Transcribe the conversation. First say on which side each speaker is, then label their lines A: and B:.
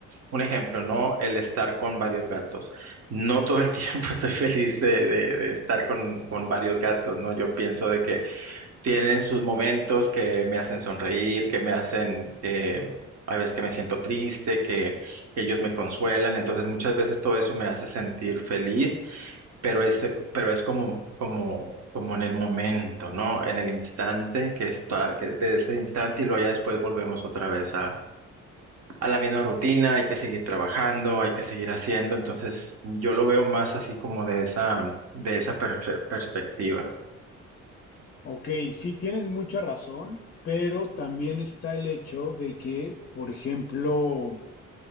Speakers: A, on the right; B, on the left.
A: un ejemplo, ¿no? El estar con varios gatos. No todo el <laughs> tiempo estoy feliz de, de- de estar con, con varios gatos, ¿no? Yo pienso de que tienen sus momentos que me hacen sonreír, que me hacen, que hay veces que me siento triste, que, que ellos me consuelan. Entonces, muchas veces todo eso me hace sentir feliz, pero es, pero es como, como, como en el momento, ¿no? En el instante que está, que de ese instante y luego ya después volvemos otra vez a la misma rutina, hay que seguir trabajando, hay que seguir haciendo. Entonces, yo lo veo más así como de esa, de esa perfe- perspectiva.
B: Ok, sí tienes mucha razón, pero también está el hecho de que, por ejemplo,